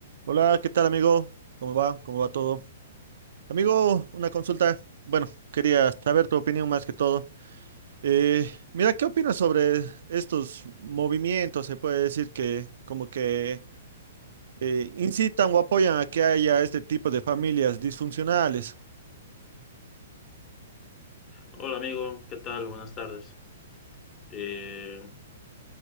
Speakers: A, on the right (about 70°); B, on the left (about 25°).
A: Hola, ¿qué tal, amigo? ¿Cómo va? ¿Cómo va todo? Amigo, una consulta. Bueno, quería saber tu opinión más que todo. Eh, mira, ¿qué opinas sobre estos movimientos? Se puede decir que como que eh, incitan o apoyan a que haya este tipo de familias disfuncionales.
B: Hola amigo, ¿qué tal? Buenas tardes. Eh,